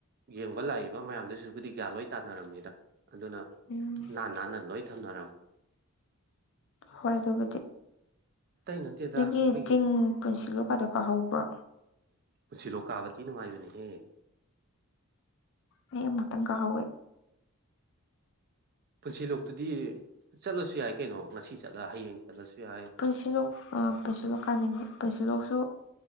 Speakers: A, on the right; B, on the left.
A: ꯌꯦꯡꯕ ꯂꯥꯛꯏꯕ ꯃꯌꯥꯝꯗ ꯍꯧꯖꯤꯛꯄꯗꯤ ꯒ꯭ꯌꯥꯟ ꯂꯣꯏ ꯇꯅꯔꯝꯅꯤꯗ ꯑꯗꯨꯅ
B: ꯎꯝ
A: ꯅꯥꯟꯅ ꯂꯣꯏ ꯊꯔꯝꯃꯤ
B: ꯍꯣꯏ ꯑꯗꯨꯒꯕꯨꯗꯤ
A: ꯅꯠꯇꯦꯗ
B: ꯅꯣꯏꯒꯤ
A: ꯑꯩꯈꯣꯏꯒꯤ
B: ꯆꯤꯡ ꯄꯨꯟꯁꯤꯂꯣ ꯀꯗ ꯀꯥꯍꯧꯕ꯭ꯔ
A: ꯄꯨꯟꯁꯤꯂꯣ ꯀꯥꯕꯗꯤꯤ ꯅꯨꯡꯉꯥꯏꯕꯅꯤꯍꯦ
B: ꯑꯩ ꯑꯃꯨꯛꯇꯪ ꯀꯥꯍꯧꯋꯦ
A: ꯁꯤꯂꯣꯛꯇꯨꯗꯤ ꯆꯠꯂꯁꯨ ꯌꯥꯏ ꯀꯩꯅꯣ ꯉꯁꯤ ꯆꯠꯂ ꯍꯌꯦꯡ ꯆꯠꯂꯁꯨ ꯌꯥꯏ
B: ꯄꯨꯟꯁꯤꯂꯣꯛ ꯄꯨꯟꯁꯤꯂꯣꯛ ꯀꯥꯅꯤꯡꯉꯤ ꯄꯨꯟꯁꯤꯂꯣꯛꯁꯨ